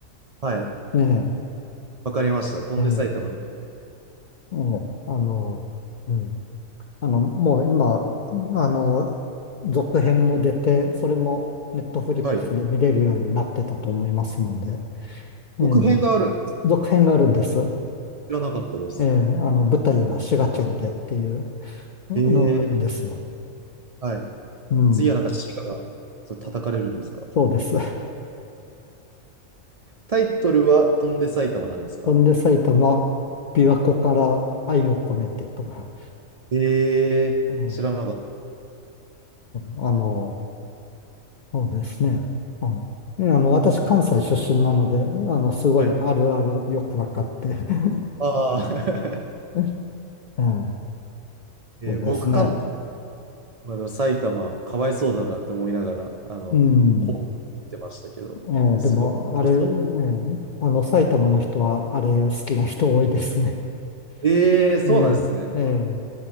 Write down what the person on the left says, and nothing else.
ええ、
ええ、ええあの、うん。あの、もう今、あの、続編も出て、それもネットフリックスで見れるようになってたと思いますので、
ええ、
続編があるんです。
ええ、あの、舞台が滋賀県でっていうのがあるんですよ。
うん、
そうです。<laughs>
ほんで埼玉、琵琶湖から愛を込めてとか、
ええ、ねあの、そうですね。はいねあの、私、関西出身なので、あの、すごいあるあるよくわかって、
<laughs>
うんええ、
そうですね。
うん。
ええ、
でも、あれ、ええ、あの、埼玉の人は、あれ、好きな人多いですね。
<laughs> ええ、ええ、